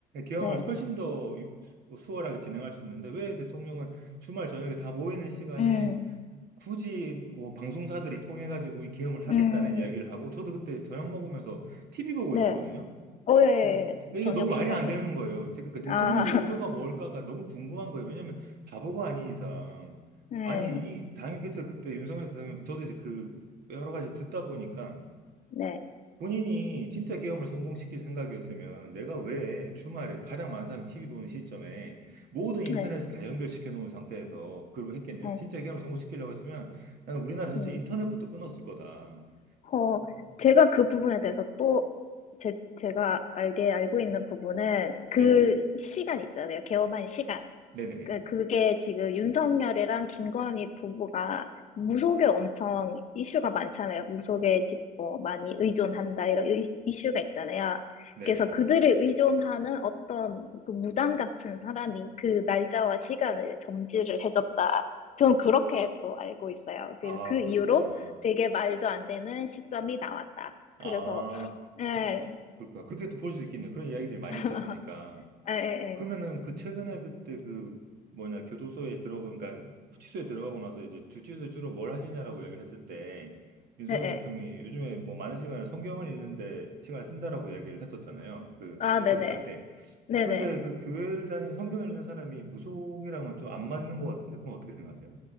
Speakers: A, on the right; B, on the left.
A: 계엄을
B: 네,
A: 훨씬 더 수- 수월하게 진행할 수 있는데 왜 대통령은 주말 저녁에 다 모이는 시간에
B: 음,
A: 굳이 뭐 방송사들을 통해 가지고 이 계엄을 하겠다는
B: 음,
A: 이야기를 하고 저도 그때 저녁 먹으면서 TV 보고
B: 네.
A: 있었거든요.
B: 어, 예, 예.
A: 그러니까
B: 예.
A: 이게
B: 저녁
A: 너무 말이
B: 시간이었죠.
A: 안 되는 거예요. 그러니까 대통령의
B: 아. <laughs>
A: 의도가 뭘까가 너무 궁금한 거예요. 왜냐하면 바보가 아닌 이상
B: 네,
A: 아니 이 당연히 그래서 그때 윤석열 대통령 저도 이제 그 여러 가지 듣다 보니까
B: 네,
A: 본인이 진짜 계엄을 성공시킬 생각이었으면 내가 왜 주말에 가장 많은 사람이 TV 보는 시점에 모든 인터넷을
B: 네,
A: 다 연결시켜 놓은 상태에서 그러고 했겠냐.
B: 네,
A: 진짜 계엄을 성공시키려고 했으면 나는 우리나라 전체
B: 음.
A: 인터넷부터 끊었을 거다.
B: 어,
A: 음,
B: 제가 그 부분에 대해서 또 제, 제가 알게 알고 있는 부분은 그
A: 네네.
B: 시간 있잖아요. 개엄한 시간.
A: 네네네.
B: 그, 그게 지금 윤석열이랑 김건희 부부가 무속에 엄청 이슈가 많잖아요. 무속에 집, 뭐, 많이 의존한다, 이런 이- 이슈가 있잖아요.
A: 네네.
B: 그래서 그들을 의존하는 어떤 그 무당 같은 사람이 그 날짜와 시간을 점지를 해줬다. 저는 그렇게 또 알고 있어요.
A: 아,
B: 그, 그
A: 그러시구나.
B: 이후로 되게 말도 안 되는 시점이 나왔다.
A: 아,
B: 그래서, 예,
A: 그럴까. 그렇게 또 볼 수 있겠네. 그런 이야기들이 많이
B: <laughs>
A: 있었으니까.
B: 예, 예,
A: 그러면은 그 최근에 그때 그 뭐냐, 교도소에 들어가, 그러니까 구치소에 들어가고 나서 이제 주치소에 주로 뭘 하시냐라고 이야기를 했을 때 윤석열
B: 예, 예. 예.
A: 대통령이 요즘에 뭐 많은 시간을 성경을 읽는데 시간을 쓴다라고 이야기를 했었잖아요. 그
B: 아,
A: 인터뷰할
B: 네네.
A: 때.
B: 네네.
A: 근데 그 교회를 다니는 성경을 읽는 사람이 무속이랑은 좀 안 맞는 것 같은데 그건 어떻게 생각하세요?